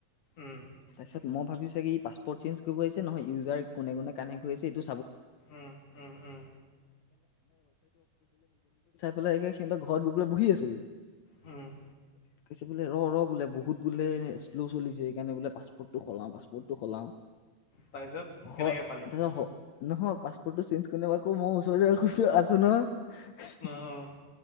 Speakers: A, on the left; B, on the left.
A: উম
B: তাৰপিছত মই ভাবিছো। কি পাছপৰ্ট চে্জ কৰিব আহছে নহয় ইউজাৰ কোনে কো কানেক্ট আছে এইটো।
A: উম উম উম
B: <inaudible> বোলে এই সহত ঘৰত গ পলৈ বহি আছোে
A: উম!
B: ৰ' ৰ' বোলে, বহুত বোলে, বহুত বোলে শ্ল' চলিছে। সেইকাৰণে বোলে, পাছপৰ্টটো সলাওঁ, পাছপৰ্টটো সলাওঁ।
A: তাৰপিছত কেনেকে
B: হয়।
A: পালি
B: তাৰপাছত নহয়, পাছপৰ্টটো চেঞ্জ কৰিব আকৌ মই <unintelligible> খুচু আছোঁ ন'।
A: অ অ'!